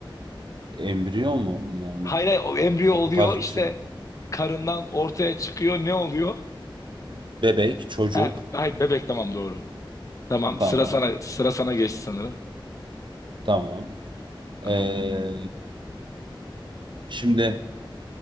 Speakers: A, on the right; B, on the left.
A: Embriyo mu? Yani
B: Hayır, hayır o embriyo
A: o
B: oluyor
A: tarz
B: işte
A: bir şey.
B: karından ortaya çıkıyor ne oluyor?
A: Bebek, çocuk.
B: Ha, ay bebek tamam doğru. Tamam sıra
A: Tamam.
B: sana sıra sana geçti sanırım.
A: Tamam. Ee,
B: Tamam.
A: şimdi